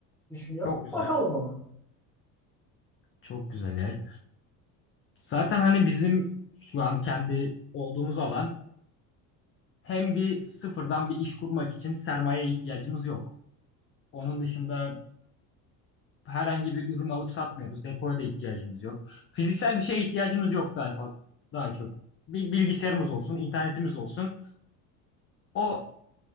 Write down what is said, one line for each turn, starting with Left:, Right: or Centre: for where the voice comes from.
Centre: düşünüyorum.
Left: Çok güzel.
Centre: Bakalım ama.
Left: Çok güzel ya. Zaten hani bizim şu an kendi olduğumuz alan hem bir sıfırdan bir iş kurmak için sermayeye ihtiyacımız yok. Onun dışında herhangi bir ürün alıp satmıyoruz. Depoya da ihtiyacımız yok. Fiziksel bir şeye ihtiyacımız yok daha fa- daha çok. Bir bilgisayarımız olsun, internetimiz olsun. O